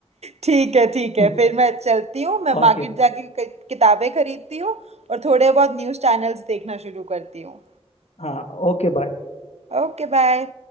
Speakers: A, on the right; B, on the left.
A: ठीक है ठीक है
B: <laughs>
A: फिर मैं चलती हूँ मैं मार्केट
B: ओके
A: जाके कि- किताबें खरीदती हूँ और थोड़े बहुत न्यूज़ चैनल्स देखना शुरू करती हूँ
B: हाँ ओके बाय
A: Okay bye